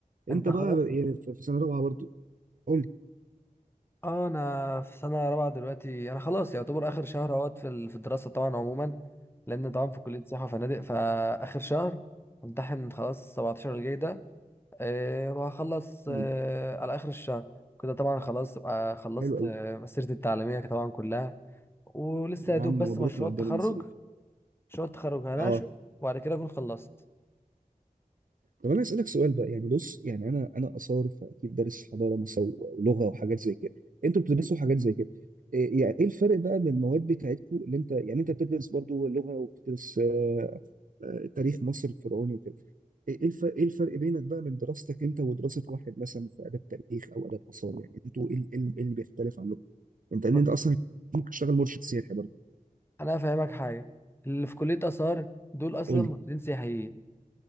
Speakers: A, on the right; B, on the left.
A: انت
B: انت
A: بقى
B: خلاص
A: إيه في في سنه رابعه برضو قول لي
B: اه انا في سنة رابعة دلوقتي انا خلاص يعتبر اخر شهر اهوت في ال- في الدراسة طبعا عموما لان طبعا في كلية سياحة وفنادق فاخر شهر امتحن خلاص 17 الجاي ده أه وهخلص
A: <clears throat>
B: أه على اخر الشهر كده طبعا خلاص ابقى خلصت
A: حلو قوي
B: أه مسيرتي التعليمية طبعا كلها ولسه
A: يا
B: يا دوب
A: عم
B: بس
A: مبروك
B: مشروع
A: مقدما
B: التخرج
A: يا صديقي
B: مشروع التخرج هناقشه
A: اه
B: وبعد كده اكون خلصت
A: طب انا اسالك سؤال بقى يعني بص يعني انا انا اثار فاكيد دارس حضاره مصر و- ولغه وحاجات زي كده انتوا بتدرسوا حاجات زي كده إيه يعني ايه الفرق بقى من المواد بتاعتكم اللي انت يعني انت بتدرس برضو لغه وبتدرس آه، آه، تاريخ مصر الفرعوني وكده ايه إيه الفرق ايه الفرق بينك بقى من دراستك انت ودراسه واحد مثلا في اداب تاريخ او اداب اثار يعني انتوا ايه ال- إيه ال- إيه اللي بيختلف عنكم انت ان
B: بص
A: انت اصلا ممكن تشتغل مرشد سياحي برضو
B: انا هفهمك حاجه اللي في كليه اثار دول اصلا
A: قول
B: مهندسين
A: لي
B: سياحيين